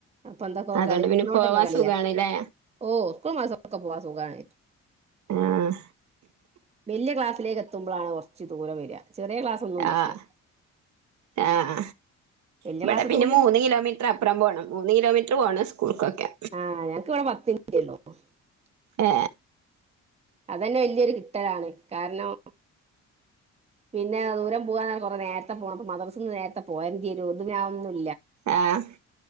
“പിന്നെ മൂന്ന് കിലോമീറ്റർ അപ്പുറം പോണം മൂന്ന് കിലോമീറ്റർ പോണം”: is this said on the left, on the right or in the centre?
Right